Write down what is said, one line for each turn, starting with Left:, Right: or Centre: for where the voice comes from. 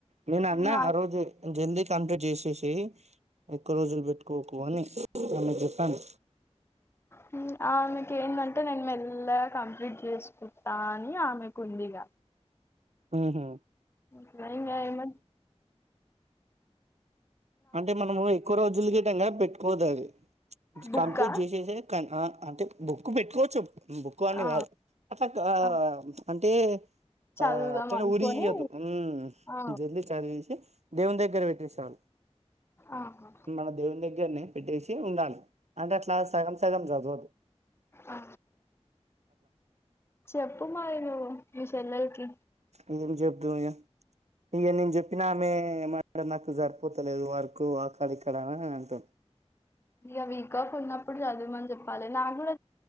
Right: నేను అన్న
Left: నా
Right: ఆ రోజు ఇంకా ఎందుక్ కంప్లీట్ చేసేసెయ్ ఎక్కువ రోజులు పెట్టుకోకు అని ఆమెకి చెప్పాను
Left: హుమ్ ఆమెకు ఏందంటే నేను మెల్లగా కంప్లీట్ చేసుకుంటా అని ఆమెకు ఉంది. <inaudible>
Right: ఊహుమ్
Left: ఊ హ్మ్ ఇంగా ఏమన్
Right: అంటే మనము ఎక్కువ రోజుల వింటాం గదా పెట్టుకోవద్దు అది
Left: బుక్కా
Right: కంప్లీట్ చేసేసెయ్ కానీ ఆ అంటే బుక్ పెట్టుకోవచ్చు బుక్ అని
Left: ఆ
Right: గాదు అట్లా గా
Left: ఆ,
Right: అంటే
Left: చదువుదాం
Right: ఆ అట్లనే
Left: అనుకొని
Right: ఊరియొద్దు ఉమ్
Left: ఆ
Right: జల్దీ చదివేసి దేవుని దగ్గర పెట్టేయ్ చాలు
Left: ఆహా
Right: మన దేవుని దగ్గరనే పెట్టేసి ఉండాలి అంటే అట్లా సగం సగం చదవొద్దు
Left: ఆ. చెప్పు మరి నువ్వు మీ చెల్లెలికి
Right: ఎందుకు చెప్తాం ఇగా, ఇంగ నేను చెప్పినా ఆమె ఏమంటది నాకు సరిపోతలేదు వర్క్ ఆక్కడ ఇక్కడా అంటుంది.
Left: ఇగ వీక్ ఆఫ్ ఉన్నప్పుడు చదవమని చెప్పాలి నార్మల్